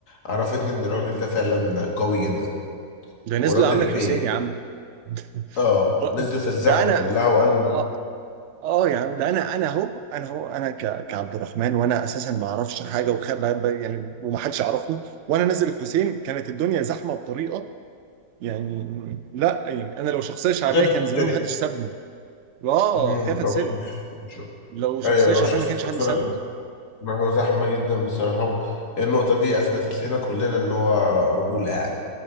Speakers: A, on the left; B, on the right.
A: عرفتني إن الراجل ده فعلا قوي جدا
B: ده نزلوا
A: وراجل
B: يا عم الحسين
A: بي
B: يا عم <laughs>
A: آه نزل في الزحمة
B: ده انا
A: كلها وقال
B: اه آه يا عم ده انا انا اهو انا اهو انا ك- كعبد الرحمن وانا اساسا ما اعرفش حاجه وخ... ب- ب- يعني ومحدش يعرفني وانا نازل الحسين كانت الدنيا زحمه بطريقه يعني لا يعني انا لو شخصيه شعبيه
A: حاجة بتتسرق
B: كان زمان ما حدش سابني اه
A: مم،
B: خايف
A: لو
B: اتسرق
A: لو شو-
B: لو شخصية
A: أيوه لو
B: شعبية
A: شخصية
B: ما كانش
A: مكسورة
B: حد سابه
A: ما هو زحمة جدا بصراحة النقطة دي أثبتت لنا كلنا إن هو رجولة يعني